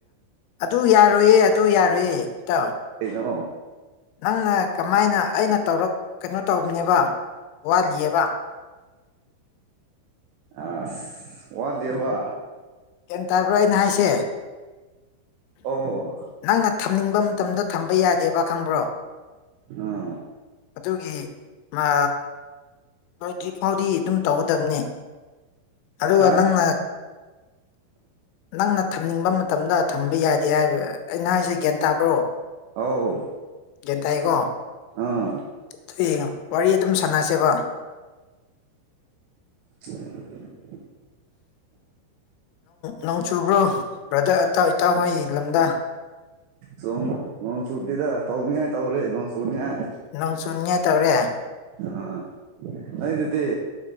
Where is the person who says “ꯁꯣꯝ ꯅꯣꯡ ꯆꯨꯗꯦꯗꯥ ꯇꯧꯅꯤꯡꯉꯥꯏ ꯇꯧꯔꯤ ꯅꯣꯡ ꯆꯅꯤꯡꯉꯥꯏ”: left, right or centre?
Right